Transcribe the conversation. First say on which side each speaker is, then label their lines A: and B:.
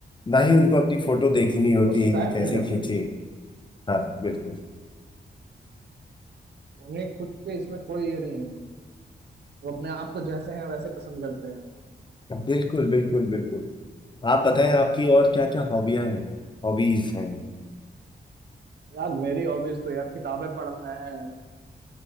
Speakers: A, on the left (about 25°); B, on the right (about 70°).
A: ना ही उनको अपनी फोटो देखनी होती
B: वो शिकायत
A: है कि कैसे
B: नहीं करते
A: खींचे हाँ बिल्कुल
B: उन्हें खुद के इसमें कोई ये नहीं है वो अपने आप को जैसे हैं वैसे पसंद करते हैं
A: बिल्कुल बिल्कुल बिल्कुल आप बताएं आपकी और क्या क्या हॉबियां हैं हॉबीज हैं
B: यार मेरी हॉबीज तो यार किताबें पढ़ना है